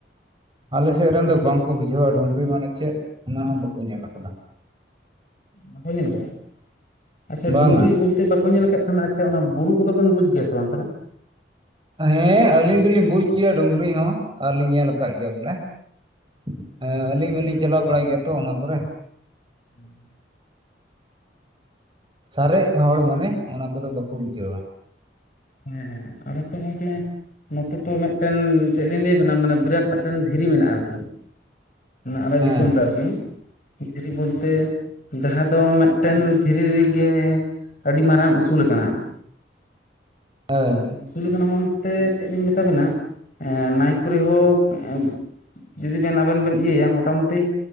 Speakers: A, on the right (about 25°); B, on the left (about 45°).
A: ᱟᱞᱮ ᱥᱮᱫ ᱨᱮᱱ ᱫᱚ, ᱵᱟᱝ ᱠᱚ ᱵᱩᱡᱷᱟᱹᱣᱟ, ᱰᱩᱸᱜᱽᱨᱤ ᱢᱟᱱᱮ ᱪᱮᱫ? ᱚᱱᱟ ᱦᱚᱸ ᱵᱟᱠᱚ, ᱧᱮᱞ ᱟᱠᱟᱫᱟ ᱾
B: ᱵᱟᱠᱚ ᱧᱮᱞ ᱟᱠᱟᱫᱟ? ᱟᱪᱪᱷᱟ,
A: ᱵᱟᱝᱟ
B: ᱰᱩᱸᱜᱽᱨᱤ ᱵᱚᱞᱛᱮ ᱵᱟᱠᱚ, ᱧᱮᱞ ᱟᱠᱟᱫ, ᱠᱷᱟᱱ ᱥᱮ, ᱚᱱᱟ ᱵᱩᱨᱩ ᱠᱚᱫᱚ, ᱵᱮᱱ ᱵᱩᱡ ᱜᱮᱭᱟ ᱥᱮ ᱵᱟᱝ, ᱚᱱᱛᱮ ᱱᱟᱜ?
A: ᱦᱮᱸᱻ ᱟᱹᱞᱤᱧ ᱫᱚᱞᱤᱧ ᱵᱩᱡ ᱜᱮᱭᱟ, ᱰᱩᱝᱨᱤ ᱦᱚᱸ, ᱟᱨᱞᱤᱧ ᱧᱮᱞ ᱟᱠᱟᱫ ᱜᱮᱭᱟ, ᱵᱚᱞᱮ ᱾ ᱮᱸᱻ, ᱟᱹᱞᱤᱧ ᱦᱚᱸᱞᱤᱧ ᱪᱟᱞᱟᱣ ᱵᱟᱲᱟ ᱜᱮᱭᱟ ᱛᱚ, ᱚᱱᱟ ᱠᱚᱨᱮ ᱾
B: ᱦᱮᱸ
A: ᱥᱟᱨᱮᱜ ᱦᱚᱲ, ᱢᱟᱱᱮ ᱚᱱᱟ ᱠᱚᱫᱚ, ᱵᱟᱠᱚ, ᱵᱩᱡᱟᱹᱣᱟ ᱾
B: ᱦᱮᱸ ᱦᱮᱸ, ᱟ ᱨᱮ ᱛᱚ ᱜᱚᱝᱠᱮ ᱾ ᱱᱚᱛᱮ ᱛᱚ, ᱢᱤᱫᱴᱮᱱ ᱪᱮᱫ? ᱞᱤᱧ ᱞᱟᱹᱭ ᱟᱵᱮᱱᱟ ᱾ ᱢᱟᱱᱮ, ᱵᱤᱨᱟᱴ ᱢᱤᱫᱴᱮᱱ ᱫᱷᱤᱨᱤ ᱢᱮᱱᱟᱜᱼᱟ, ᱟᱨᱠᱤ ᱾ ᱟᱞᱮ
A: ᱦᱮᱸ
B: ᱫᱤᱥᱚᱢ ᱨᱮ ᱟᱨᱠᱤ, ᱫᱷᱤᱨᱤ ᱵᱚᱞᱛᱮ, ᱡᱟᱦᱟᱸ ᱫᱚ ᱢᱤᱫ ᱴᱮᱱ ᱫᱷᱤᱨᱤ ᱨᱮᱜᱮ, ᱟᱹᱰᱤ ᱢᱟᱨᱟᱝ ᱩᱥᱩᱞ ᱟᱠᱟᱱᱟ ᱾
A: ᱦᱳᱭ ᱾
B: ᱩᱥᱩᱞ ᱟᱠᱟᱱᱟ ᱢᱮᱱᱛᱮ, ᱪᱮᱫ ᱞᱤᱧ ᱢᱮᱛᱟ ᱵᱮᱱᱟ, ᱱᱟᱭ ᱠᱚᱨᱤ ᱦᱚᱠ <inaudible> ᱡᱩᱫᱤ ᱵᱮᱱ, ᱟᱵᱮᱱ ᱵᱮᱱ ᱤᱭᱟᱼᱭᱟ ᱢᱚᱴᱟᱢᱩᱴᱤ